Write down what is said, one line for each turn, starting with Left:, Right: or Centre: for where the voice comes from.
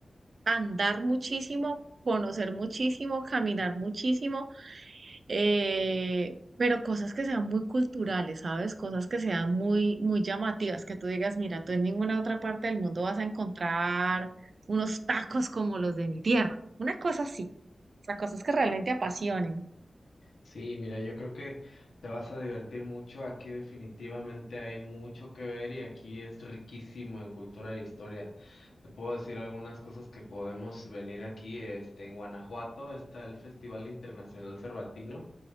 Right: andar muchísimo, conocer muchísimo, caminar muchísimo, eh, pero cosas que sean muy culturales, ¿sabes? Cosas que sean muy, muy llamativas, que tú digas, mira, tú en ninguna otra parte del mundo vas a encontrar unos tacos como los de mi tierra. Una cosa así, o sea, cosas que realmente apasionen.
Left: Sí, mira, yo creo que te vas a divertir mucho. Aquí definitivamente hay mucho que ver y aquí es riquísimo en cultura e historia. Te puedo decir algunas cosas que podemos venir aquí. Este, en Guanajuato está el Festival Internacional Cervantino.